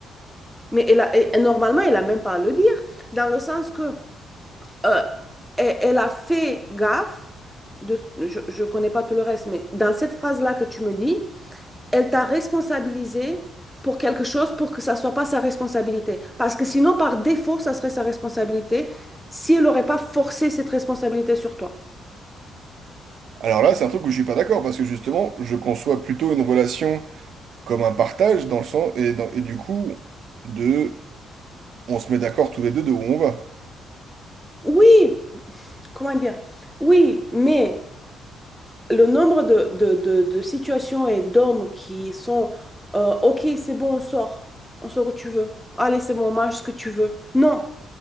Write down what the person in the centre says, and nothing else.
Mais elle a, et- et normalement, elle n'a même pas à le dire, dans le sens que euh, elle, elle a fait gaffe, de, je ne connais pas tout le reste, mais dans cette phrase-là que tu me dis, elle t'a responsabilisé pour quelque chose pour que ça ne soit pas sa responsabilité. Parce que sinon, par défaut, ça serait sa responsabilité si elle n'aurait pas forcé cette responsabilité sur toi.
Oui, comment dire? Oui, mais... le nombre de, de- de- de situations et d'hommes qui sont euh, OK, c'est bon, on sort. On sort où tu veux. Allez, c'est bon, on mange ce que tu veux. Non,